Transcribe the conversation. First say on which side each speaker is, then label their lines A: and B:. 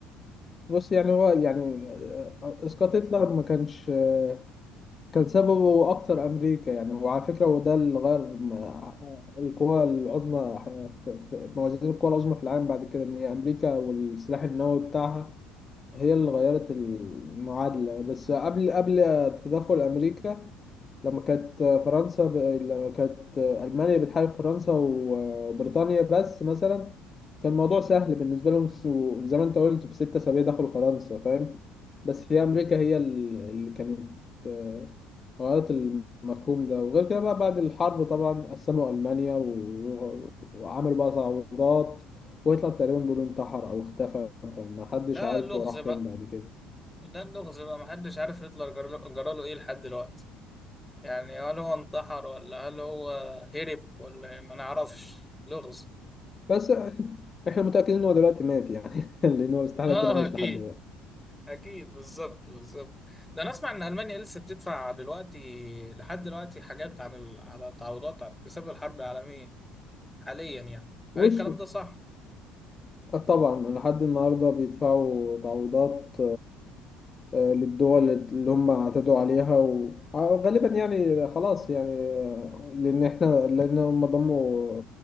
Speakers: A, on the left; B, in the centre.
A: بص يعني هو يعني آه، آه، إسقاط هتلر ما كانش آه، كان سببه أكتر أمريكا يعني وعلى فكرة هو ده اللي غير م- القوى العظمى ح- في في- موازين القوى العظمى في العالم بعد كده إن هي أمريكا والسلاح النووي بتاعها هي اللي غيرت المعادلة بس قبل قبل تدخل أمريكا لما كانت فرنسا ب... لما كانت ألمانيا بتحارب فرنسا وبريطانيا بس مثلا كان الموضوع سهل بالنسبة لهم وزي ما انت قلت في ستة أسابيع دخلوا فرنسا فاهم بس هي أمريكا هي ال- اللي كانت آه، غيرت المفهوم ده وغير كده بقى بعد الحرب طبعا قسموا ألمانيا و... وعملوا بقى تعويضات وهتلر تقريبا بيقولوا انتحر أو اختفى فما حدش
B: ده
A: عارف
B: لغز
A: هو راح
B: بقى
A: فين بعد كده
B: ده اللغز بقى محدش عارف هتلر جرى جراله ايه لحد دلوقتي يعني هل هو انتحر ولا هل هو هرب ولا إيه؟ ما نعرفش لغز
A: بس احنا متأكدين ان هو دلوقتي مات يعني <laughs> لان هو استحالة
B: اه
A: يكون عايش
B: اكيد
A: لحد دلوقتي
B: اكيد بالظبط بالظبط ده انا اسمع ان المانيا لسه بتدفع دلوقتي لحد دلوقتي حاجات عن ال... على تعويضات بسبب الحرب العالميه حاليا يعني هل
A: بص
B: الكلام ده صح
A: آه، طبعا لحد النهاردة بيدفعوا تعويضات آه، للدول اللي هم اعتدوا عليها وغالبا يعني خلاص يعني آه، لان احنا لان هم ضموا